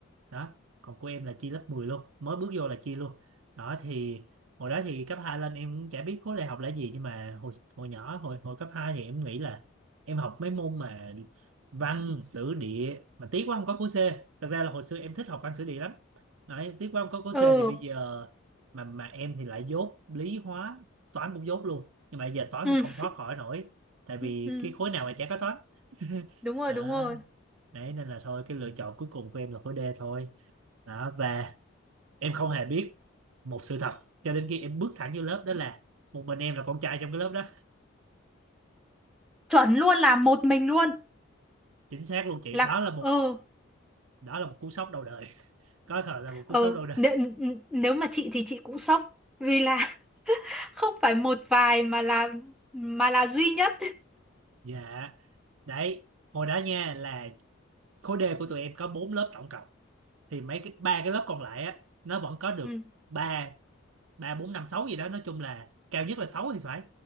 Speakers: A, on the right (about 80°); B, in the centre.
A: đó còn của em là chia lớp 10 luôn mới bước vô là chia luôn đó thì hồi đó thì cấp 2 lên em cũng chả biết khối đại học là gì nhưng mà hồi hồi nhỏ hồi hồi cấp 2 thì em nghĩ là em học mấy môn mà văn sử địa mà tiếc quá không có khối C thật ra là hồi xưa em thích học văn sử địa lắm đấy tiếc quá không có khối
B: Ừ.
A: C thì bây giờ mà mà em thì lại dốt lý hóa toán cũng dốt luôn nhưng mà giờ toán
B: Ừ.
A: thì không thoát khỏi nổi tại vì
B: Ừ. ừ.
A: cái khối nào mà chả có toán
B: Đúng rồi,
A: đó.
B: đúng rồi.
A: đấy nên là thôi cái lựa chọn cuối cùng của em là khối D thôi đó và em không hề biết một sự thật cho đến khi em bước thẳng vô lớp đó là một mình em là con trai trong cái lớp đó
B: Chuẩn luôn là một mình luôn.
A: chính xác luôn chị
B: là
A: đó
B: kh-
A: là một
B: ừ
A: đó là một cú sốc đầu đời <laughs> có thể là một
B: ừ
A: cú sốc đầu đời
B: nếu, nếu mà chị thì chị cũng sốc vì là <laughs> không phải một vài mà là mà là duy nhất
A: dạ đấy hồi đó nha là khối D của tụi em có bốn lớp tổng cộng thì mấy cái ba cái lớp còn lại á nó vẫn có được
B: ừ,
A: ba ba bốn năm sáu gì đó nói chung là cao nhất là 6 thì phải